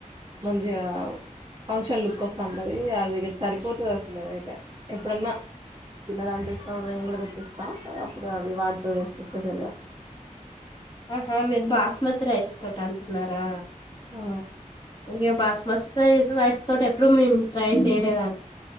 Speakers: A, on the right; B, on the left.
A: మంచిగా ఫంక్షన్ లుక్ వస్తంటది అది సరిపోతుంది వస్తుంది అద అయితే ఎప్పుడన్నా తినాలనిపిస్త మేము కూడా తెప్పిస్తాం హా హ్ ఇపుడు అవి వాటితో జేస్తే స్పెషల్ ఎమ్
B: ఆహా మీరు బాస్మతి రైస్ తోటి అంటున్నారా
A: ఆ
B: ఇంగే బస్మస్ రైస్ తోటి ఎప్పుడు మేము ట్రై చేయలేదాన్ని